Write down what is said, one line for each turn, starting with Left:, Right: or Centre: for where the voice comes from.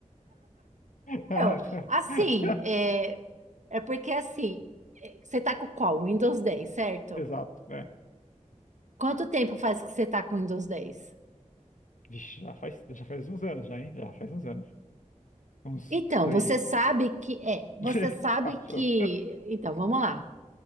Left: <laughs>
Right: Eu, assim, é, é porque, assim, é, você tá com qual? Windows 10, certo?
Left: Exato, é.
Right: Quanto tempo faz que você tá com Windows 10?
Left: Vixe, já faz, já faz uns anos já, hein? Já faz uns anos. Uns
Right: Então,
Left: três,
Right: você sabe que... É, você
Left: <laughs>
Right: sabe
Left: quatro.
Right: que... Então, vamos lá.